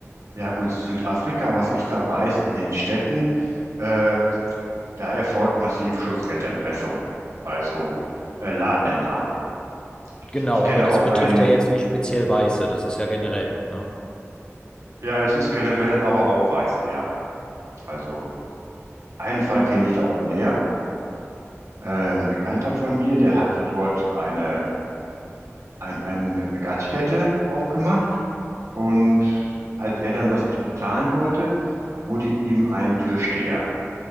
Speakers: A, on the right; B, on the left.
A: Ja gut, Südafrika, was ich da weiß, in den Städten, äh, da erfolgt massiv Schutzgelderpressung bei so äh, Ladeninhabern. Ich,
B: Genau,
A: ich kenne
B: aber das
A: auch
B: betrifft
A: einen,
B: ja jetzt nicht speziell Weiße, das ist ja generell, ne?
A: ja, das ist generell, aber auch Weiße, ja. Also einen Fall kenne ich da auch näher. Äh, ein Bekannter von mir, der hatte dort eine, ein, ein, eine Gaststätte aufgemacht Und als er dann das nicht bezahlen wollte, wurde ihm ein Türsteher.